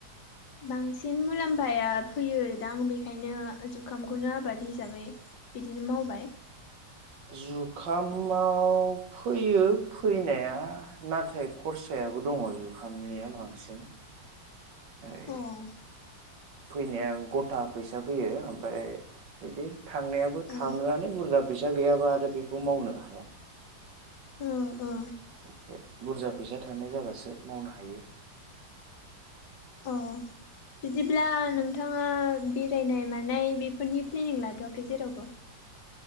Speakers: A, on the left; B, on the right.
A: बांसिन मुलाम्फाया फैयो दां बेखायनो जुखामखौनो आबाद हिसाबै बिदिनो मावबाय।
B: जुखामाव फैयो फैनाया नाथाय खरसायाबो दङ जुखामनिया बांसिन। ओरै
A: अह।
B: फैनाया गथा फैसा फैयो ओमफ्राय बिदि थांनायाबो
A: अ
B: थाङोआनो बुरजा फैसा गैयाबा आरो बेखौ मावनो हाया।
A: ओ ओ
B: एसे बुरजा फैसा थानाय जाबासो मावनो हायो।
A: अह। बिदिब्ला नोंथाङा बेरायनाय मानाय बेफोरनि प्लेनिं लाथवाखै जेरावबो